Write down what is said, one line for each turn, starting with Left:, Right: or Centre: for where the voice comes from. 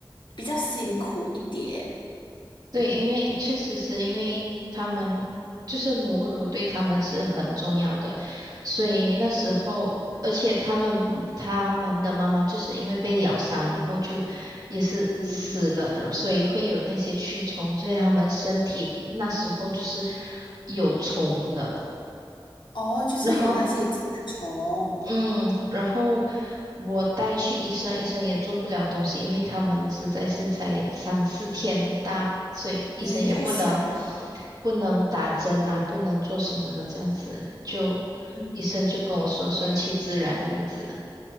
Left: 比较辛苦一点。
Right: 对，因为确实是因为他们就是母乳对他们是很重要的，所以那时候，而且他们他们的妈妈就是因为被咬伤，然后就也是死了，
Left: 嗯，
Right: 所以会有那些蛆虫，所以他们身体那时候就是有虫的。<laughs>
Left: 哦，就是有那些寄生虫，
Right: 然后嗯，然后我带去医生，医生也做不了东西，因为他们实在是才三四天大，所以医生也不能
Left: 对，太小了。
Right: 不能打针啊，不能做什么啊这样子，就医生就跟我说顺其自然这样子。
Left: 嗯嗯，拜白。